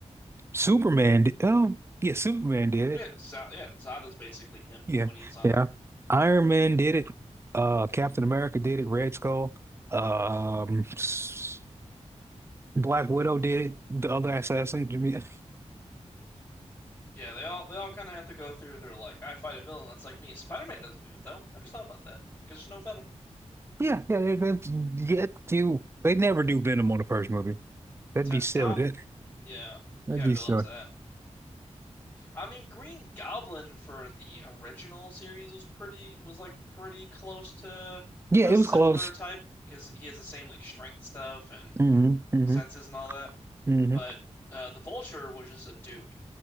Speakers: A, on the right; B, on the left.
A: Superman did. Oh, yeah, Superman did
B: Yeah,
A: it.
B: Zod, yeah, Zada's basically him
A: Yeah,
B: when he's on
A: yeah.
B: Earth.
A: Iron Man did it. Uh, Captain America did it. Red Skull. Um,
B: hmm
A: s- Black Widow did it. The other assassin. <laughs>
B: Yeah, they all they all kind of have to go through. They're like, I fight a villain that's like me. Spider-Man doesn't do it though. I just thought about that because there's no Venom.
A: Yeah, yeah, they, they get you. They never do Venom on the first movie. That'd
B: T
A: be silly.
B: Tom,
A: That,
B: yeah,
A: that'd
B: you gotta
A: be
B: build
A: silly.
B: up to that. I mean, Green Goblin for the original series was pretty was like pretty close to
A: Yeah,
B: a
A: it
B: similar
A: was close.
B: type because he has the same like strength stuff and
A: hmm hmm
B: senses and all that.
A: hmm
B: But uh, the Vulture was just a dude